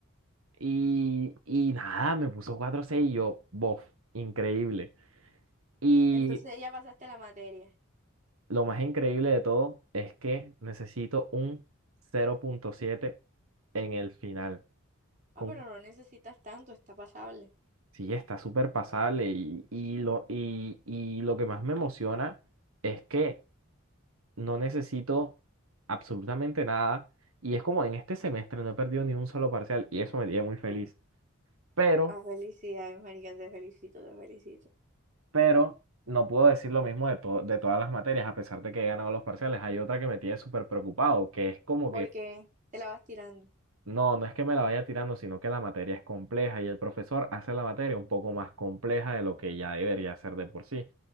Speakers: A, on the right (about 80°); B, on the right (about 35°).
A: Y, y nada, me puso cuatro seis y yo, bof, increíble. Y
B: Entonces ya pasaste la materia.
A: lo más increíble de todo es que necesito un cero punto siete en el final. Con,
B: Ah, pero no necesitas tanto, está pasable.
A: sí, está súper pasable. Y, y, lo, y, y lo que más me emociona es que no necesito absolutamente nada. Y es como en este semestre no he perdido ni un solo parcial y eso me tiene muy feliz. Pero
B: Ah, felicidades, marica, te felicito, te felicito.
A: pero no puedo decir lo mismo de, to- de todas las materias, a pesar de que he ganado los parciales. Hay otra que me tiene súper preocupado, que es como
B: Porque
A: que,
B: te la vas tirando.
A: no, no es que me la vaya tirando, sino que la materia es compleja y el profesor hace la materia un poco más compleja de lo que ya debería ser de por sí.